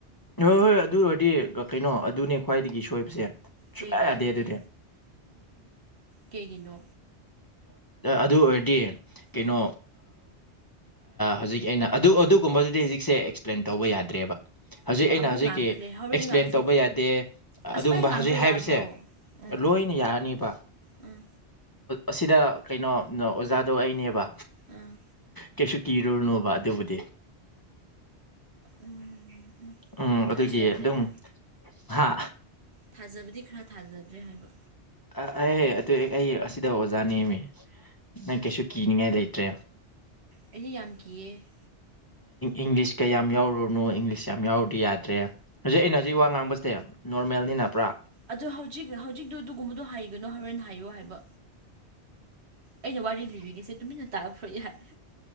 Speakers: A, on the left; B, on the right.
A: ꯍꯣꯏ ꯍꯣꯏ ꯑꯗꯨ ꯑꯣꯏꯔꯗꯤ ꯀꯩꯅꯣ ꯑꯗꯨꯅꯦ ꯈ꯭ꯋꯥꯏꯗꯒꯤ ꯁꯣꯏꯕꯁꯦ ꯆꯨꯝꯃꯥꯏ
B: ꯀꯩꯒꯤ
A: ꯌꯥꯗꯦ
B: ꯑꯗꯨꯗꯤ
A: ꯑꯗꯨꯗ
B: ꯀꯩꯒꯤꯅꯣ
A: ꯑꯗꯨ ꯑꯣꯏꯔꯗꯤ ꯀꯩꯅꯣ
B: ꯑꯥ
A: ꯍꯧꯖꯤꯛ ꯑꯩꯅ ꯑꯗꯨ ꯑꯗꯨꯒꯨꯝꯕꯗꯨꯗꯤ ꯍꯧꯖꯤꯛꯁꯦ ꯑꯦꯛꯁꯄ꯭ꯂꯦꯟ ꯇꯧꯕ ꯌꯥꯗ꯭ꯔꯦꯕ ꯍꯧꯖꯤꯛ
B: ꯑꯗꯨ
A: ꯑꯩꯅ
B: ꯑꯃꯨꯛ
A: ꯍꯧꯖꯤꯛꯀꯤ
B: ꯉꯥꯡꯈ꯭ꯔꯦ ꯍꯣꯔꯦꯟ
A: ꯑꯦꯛꯁꯄ꯭ꯂꯦꯟ
B: ꯉꯥꯡꯁꯦ
A: ꯇꯧꯕ ꯌꯥꯗꯦ
B: ꯑꯁꯨꯃꯥꯏꯅ
A: ꯑꯗꯨꯒꯨꯝꯕ
B: ꯉꯥꯡꯕ
A: ꯍꯧꯖꯤꯛ ꯍꯥꯏꯕꯁꯦ
B: ꯌꯥꯕ꯭ꯔꯣ ꯎꯝ
A: ꯂꯣꯏꯅ ꯌꯥꯔꯅꯤꯕ
B: ꯎꯝ
A: ꯑꯁꯤꯗ ꯀꯩꯅꯣ ꯑꯣꯖꯥꯗꯣ ꯑꯩꯅꯦꯕ
B: ꯎꯝ
A: ꯀꯩꯁꯨ ꯀꯤꯔꯨꯔꯨꯅꯣꯕ ꯑꯗꯨꯕꯨꯗꯤ
B: ꯎꯝ
A: ꯎꯝ ꯑꯗꯨꯒꯤ
B: ꯊꯥꯖꯗ꯭ꯔꯦꯗ
A: ꯑꯗꯨꯝ ꯍꯥ
B: ꯊꯥꯖꯕꯗꯤ ꯈꯔ ꯊꯥꯖꯗ꯭ꯔꯦ ꯍꯥꯏꯕ
A: ꯑ ꯑꯩ ꯑꯗꯨ ꯑꯩ ꯑꯁꯤꯗ ꯑꯣꯖꯥ ꯅꯦꯝꯃꯤ ꯅꯪ ꯀꯩꯁꯨ ꯀꯤꯅꯤꯡꯉꯥꯏ ꯂꯩꯇ꯭ꯔꯦ
B: ꯂꯩ ꯌꯥꯝ ꯌꯥꯝ ꯀ
A: ꯏꯪꯂꯤꯁ ꯀꯌꯥꯝ ꯌꯥꯎꯔꯨꯅꯨ ꯏꯪꯂꯤꯁ ꯌꯥꯝ ꯌꯥꯎꯔꯨꯗꯤ ꯌꯥꯗ꯭ꯔꯦ ꯍꯧꯖꯤꯛ ꯑꯩꯅ ꯍꯧꯖꯤꯛ ꯋꯥ ꯉꯥꯡꯕꯁꯦ ꯅꯣꯔꯃꯦꯜꯅꯤꯅ ꯄꯨ꯭ꯔꯥ
B: ꯑꯗꯨꯗ ꯍꯧꯖꯤꯛ ꯍꯧꯖꯤꯛꯇꯣ ꯑꯗꯨꯒꯨꯝꯕꯗꯣ ꯍꯥꯏꯒꯅꯣ ꯍꯣꯔꯦꯟ ꯍꯥꯏꯌꯣ ꯍꯥꯏꯕ ꯑꯩꯅ ꯋꯥꯔꯤ ꯂꯤꯔꯤꯉꯤꯁꯦ ꯇꯨꯃꯤꯟꯅ ꯇꯥꯛꯈ꯭ꯔꯣ ꯌꯥꯏ